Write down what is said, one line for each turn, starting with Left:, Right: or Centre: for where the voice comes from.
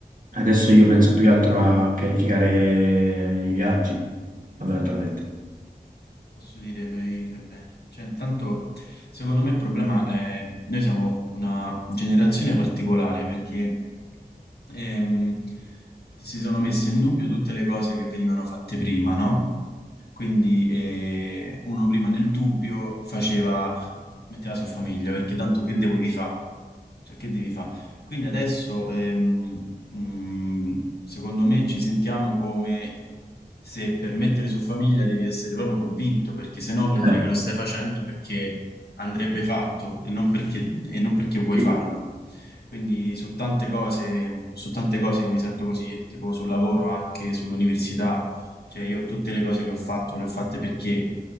Right: Adesso io penso più che altro a pianificare i viaggi, fondamentalmente.
Left: posso dire fai, fai bene. Cioè, intanto, secondo me il problema è noi siamo una generazione particolare perché ehm, si sono messe in dubbio tutte le cose che venivano fatte prima, no? Quindi eh, uno prima nel dubbio faceva, metteva su famiglia, perché tanto che devo vi fa? Cioè, che devi fare? Quindi adesso, ehm, mm, secondo me, ci sentiamo come se per mettere su famiglia devi essere proprio convinto, perché se no vuol dire
Right: Eh,
Left: che lo stai facendo perché andrebbe fatto e non perché, e non perché vuoi
Right: sì.
Left: farlo. Quindi su tante cose, su tante cose io mi sento così, tipo sul lavoro, anche sull'università, cioè io tutte le cose che ho fatto le ho fatte perché,